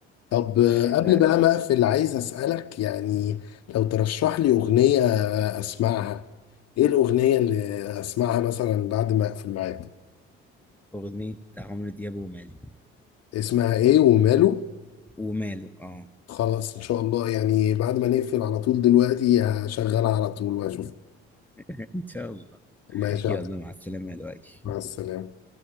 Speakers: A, on the left; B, in the centre.
A: طب آه،
B: آه
A: قبل
B: لا
A: بقى ما اقفل عايز اسالك يعني لو ترشح لي اغنيه آه، اسمعها ايه الاغنيه اللي اسمعها مثلا بعد ما اقفل معاك
B: أغنية عمرو دياب ومالك
A: اسمها ايه وماله
B: وماله اه
A: خلاص ان شاء الله يعني بعد ما نقفل على طول دلوقتي هشغلها على طول واشوف
B: ان شاء الله
A: ماشي
B: يلا
A: يا عبد
B: مع السلامة يا لؤي
A: مع السلامه